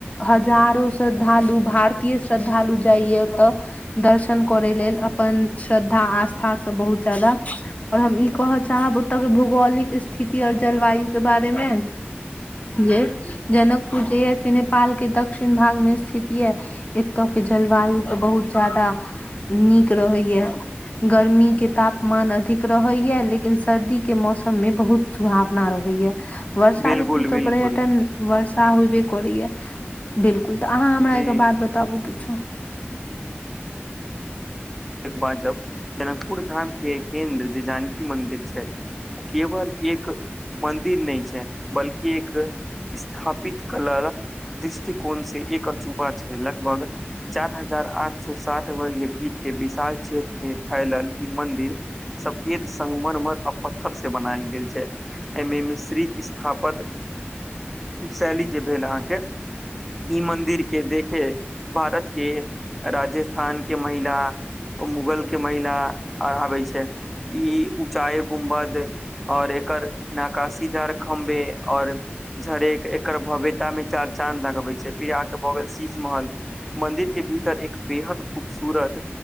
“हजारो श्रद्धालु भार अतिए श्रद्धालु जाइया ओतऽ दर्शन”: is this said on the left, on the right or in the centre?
Left